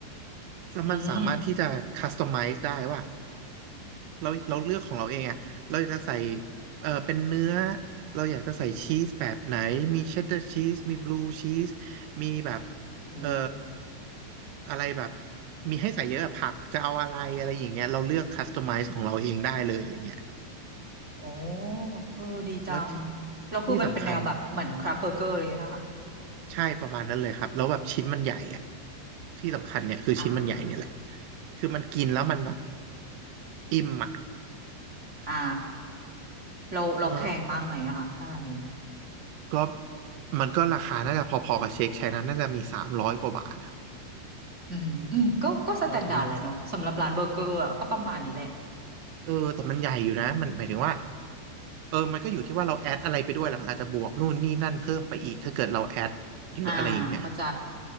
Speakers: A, on the right; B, on the right.
A: แล้วมันสามารถที่จะคัสตอมไมซ์ได้ว่า
B: อืม
A: เราเราเลือกของเราเองอ่ะเราอยากจะใส่เออเป็นเนื้อเราอยากจะใส่ชีสแบบไหนมีเชดดาร์ชีสมีบลูชีสมีแบบ
B: โอ้
A: เอออะไรแบบมีให้ใส่เยอะอะผักจะเอาอะไรอะไรอย่างเงี้ยเราเลือกคัสตอมไมซ์ของเราเองได้เลยอะไรเงี้ย
B: โอ้เออดีจัง
A: แล้วที่
B: แล้วคือมันเป็นแนวแบบเหมือนคราฟเบอร์เกอร์เลยนะคะ
A: ที่สำคัญใช่ประมาณนั้นเลยครับแล้วแบบชิ้นมันใหญ่อ่ะที่สำคัญเนี่ยคือชิ้นมันใหญ่เนี่ยแหละ
B: อ่า
A: คือมันกินแล้วมันแบบอิ่มอ่ะ
B: อ่าเราเราแพงมากไหมอะค่ะถ้าร้านนี้
A: เออก็มันก็ราคาน่าจะพอๆกับเชคไชนั้นน่าจะมีสามร้อยกว่าบาท
B: อืมอืมก็ก็สแตนดาร์ดแหละเนาะสำหรับร้านเบอร์เกอร์อะก็ประมาณนี้แหละ
A: เออแต่มันเออแต่มันใหญ่อยู่นะมันหมายถึงว่าเออมันก็อยู่ที่ว่าเราแอดอะไรไปด้วยแหละมันอาจจะบวกนู่นนี่นั่นเพิ่มไปอีกถ้าเกิดเราแอดเยอะอะไรอย่างเงี้ย
B: อ่า เข้าใจ